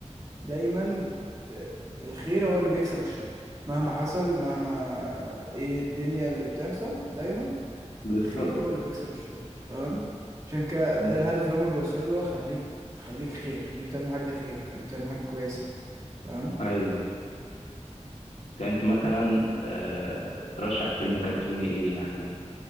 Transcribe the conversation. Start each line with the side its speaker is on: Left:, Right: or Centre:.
Right: دايما آه، الخير هو اللي بيكسب الشر مهما حصل مهما ايه الدنيا اللي بتحصل دايما
Left: بالظبط
Right: الخير هو اللي بيكسب الشر فاهم عشان كده ده
Left: أيوه
Right: الهدف اللي هما بيوصلوا له هو خليك خليك خير خليك تعمل حاجة خير خليك تعمل حاجة كويسة فاهم
Left: أيوه. يعني أنت مثلا آه، ترشح فيلم كرتوني إيه يعني